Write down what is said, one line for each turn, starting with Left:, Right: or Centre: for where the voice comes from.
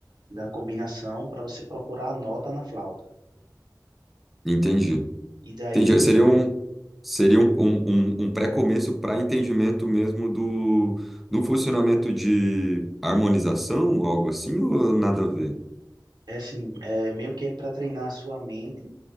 Right: da combinação para você procurar a nota na flauta.
Centre: entendi.
Right: E daí,
Centre: Entendi. Seria um, seria um, um, um- um pré-começo para entendimento mesmo do, do funcionamento de harmonização, algo assim, ou nada a ver?
Right: é assim, é meio que é para treinar a sua mente